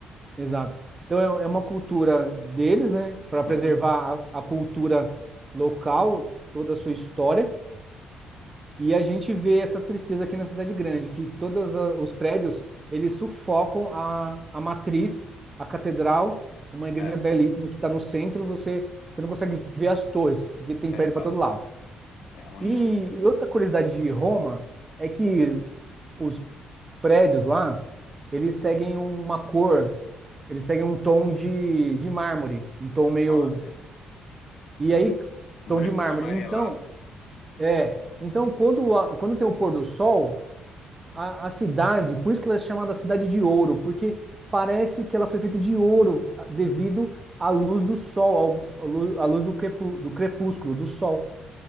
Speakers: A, on the right (about 25°); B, on the left (about 70°).
A: exato. Então é é uma cultura deles, né, para
B: Uhum.
A: preservar a a cultura local, toda a sua história. E a gente vê essa tristeza aqui na cidade grande, que todos a- os prédios, eles sufocam a, a matriz, a catedral, uma igreja
B: É,
A: belíssima que está no centro, você, você não consegue ver as torres, porque tem
B: é
A: prédio
B: exato.
A: para todo lado.
B: É ruim,
A: E,
B: né?
A: e outra curiosidade de Roma é que os prédios lá, eles seguem uma cor, eles seguem um tom de, de mármore, um tom meio...
B: Olha,
A: E aí,
B: branco
A: tom de mármore.
B: amarelado.
A: Então, é... Então, quando, a- quando tem o pôr do sol a, a cidade, por isso que ela é chamada Cidade de Ouro, porque parece que ela foi feita de ouro ah, devido à luz do sol, ao- à luz, à luz do, crepu- do crepúsculo, do sol.